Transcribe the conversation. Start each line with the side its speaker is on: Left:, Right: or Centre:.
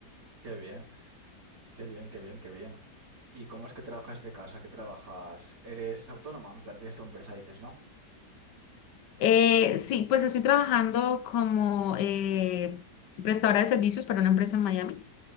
Right: Qué bien, qué bien, qué bien, qué bien. ¿Y cómo es que trabajas de casa? ¿Qué trabajas? ¿Eres autónoma? En plan, tienes tu empresa, dices, ¿no?
Left: Eh, sí, pues estoy trabajando como eh, prestadora de servicios para una empresa en Miami.